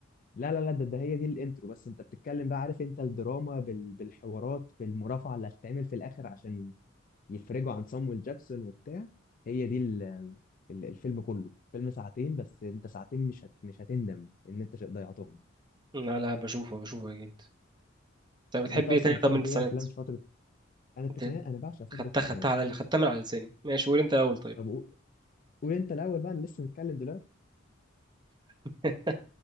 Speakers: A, on the left; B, on the right.
A: لا لا لا ده, ده هي دي الانترو بس انت بتتكلم بقى عارف انت الدراما بال... بالحوارات بالمرافعه اللي هتتعمل في الاخر عشان يفرجوا عن صامويل جاكسون وبتاع هي دي ال... ال- الفيلم كله فيلم ساعتين بس انت ساعتين مش هت... مش هتندم ان انت ش- ضيعتهم
B: لا لا بشوفه بشوفه اكيد انت بتحب
A: انت اصلا
B: ايه تاني
A: بتحب
B: طب من التسعينات
A: ايه افلام في فتره انا التسعينات
B: انت
A: انا بعشق فتره
B: خدتها
A: التسعينات
B: خدتها على خدتها من على لساني ماشي قول انت الاول طيب
A: طب قو- قول انت الاول بقى انا لسه متكلم دلوقتي
B: <laughs>